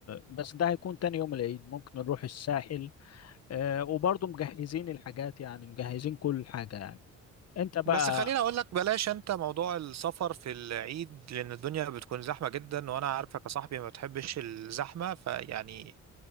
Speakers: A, on the left; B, on the right.
A: بس ده هيكون تاني يوم العيد ممكن نروح الساحل آه وبرضو مجهزين الحاجات يعني مجهزين كل حاجة يعني انت بقى
B: بس خليني اقول لك بلاش انت موضوع السفر في العيد لان الدنيا بتكون زحمه جدا وانا عارفك يا صاحبي ما بتحبش الزحمه فيعني